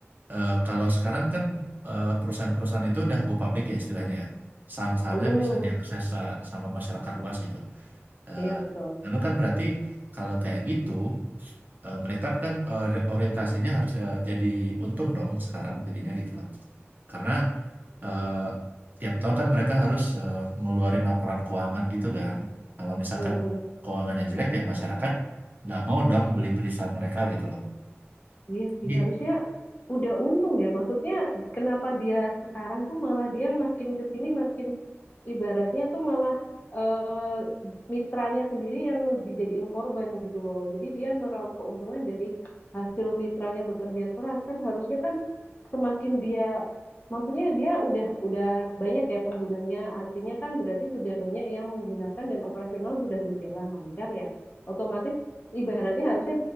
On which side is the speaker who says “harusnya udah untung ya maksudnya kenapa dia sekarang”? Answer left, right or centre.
Left